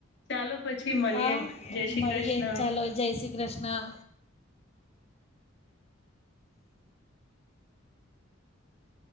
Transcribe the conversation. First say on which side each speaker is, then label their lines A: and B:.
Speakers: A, on the left (about 60°); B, on the left (about 30°).
A: ચાલો. પછી મળીએ
B: હા
A: જય શ્રી
B: મળીએ
A: કૃષ્ણ
B: ચાલો જય શ્રી કૃષ્ણ.
A: હ